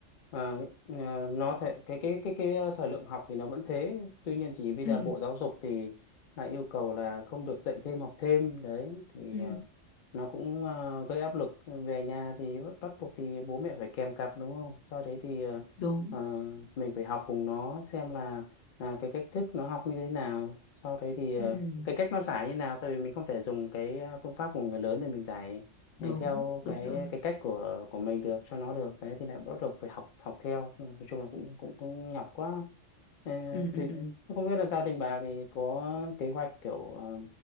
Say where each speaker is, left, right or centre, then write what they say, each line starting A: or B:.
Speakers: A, on the left; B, on the left.
A: ờ, ờ, nó thể, cái cái cái cái ờ, thời lượng học thì nó vẫn thế tuy nhiên thì bây
B: ừ
A: giờ Bộ Giáo dục thì lại yêu cầu là không được dạy thêm học thêm đấy thì
B: ừ
A: ờ, nó cũng ờ, gây áp lực về nhà thì bắt bắt buộc thì bố mẹ phải kèm cặp đúng không sau đấy thì ờ,
B: đúng
A: ờ, mình phải học cùng nó xem là à, cái cách thức nó học như thế nào sau đấy thì ờ,
B: ừ
A: cái cách nó giải như nào tại vì mình không thể dùng cái ờ, phương pháp của người lớn để mình giải
B: đúng
A: để theo
B: đúng
A: cái
B: rồi
A: cái cách của của mình được cho nó được đấy thì lại bắt buộc phải học học theo Ừ, nói chung là cũng cũng cũng nhọc quá Ờ,
B: ừ ừ
A: thì
B: ừ
A: Thế không biết là gia đình bà thì có kế hoạch kiểu ờ,